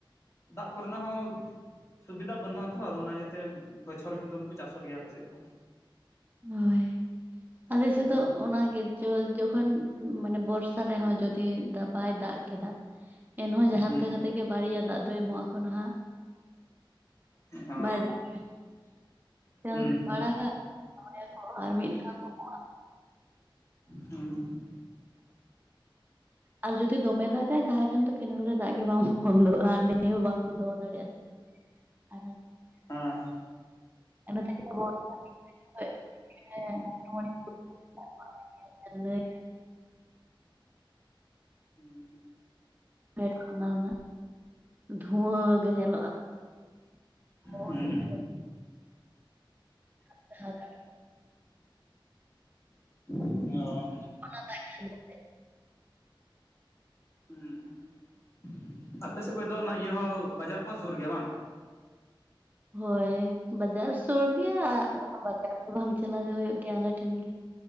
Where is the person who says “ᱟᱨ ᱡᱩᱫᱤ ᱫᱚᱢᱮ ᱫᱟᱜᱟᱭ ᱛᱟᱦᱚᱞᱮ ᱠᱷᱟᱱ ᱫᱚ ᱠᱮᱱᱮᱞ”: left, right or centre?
Right